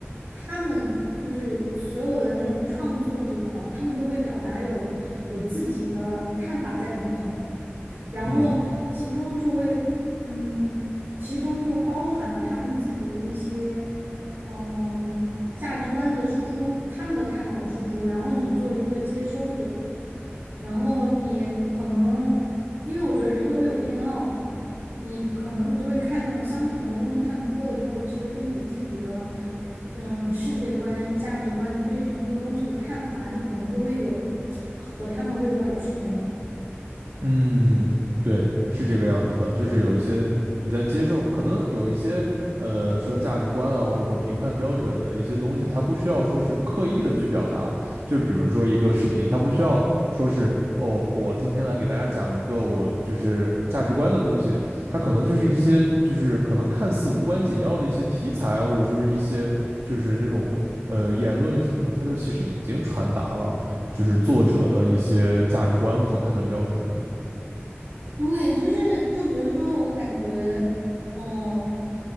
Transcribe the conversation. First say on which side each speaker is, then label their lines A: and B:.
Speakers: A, on the right; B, on the right.
A: 他们就是所有的那种创作者，他们都会表达有有自己的看法在里面嘛。然后其中就会，
B: 嗯，
A: 嗯，其中就包含了他们自己的一些，嗯，价值观的输出，他们的看法的输出。然后你作为一个接收者，然后你可能，因为我觉得人都会有偏好嘛，你可能你就会看那种相同的东西，看多了之后，其实对你自己的，嗯，世界观、价值观，你对同一个东西的看法，你可能都会有和他们会有点儿趋同。
B: 嗯，对，是这个样子的，就是有一些你在接受，可能有一些呃说价值观啊，或者说评判标准的一些东西，它不需要说是刻意的去表达，就是比如说一个视频，它不需要说是哦，我今天来给大家讲一个我就是价值观的东西，它可能就是一些就是可能看似无关紧要的一些题材啊，或者说是一些就是那种呃言论什么的，它就其实已经传达了就是作者的一些价值观和判断标准。
A: 对，就是就比如说，我感觉，嗯、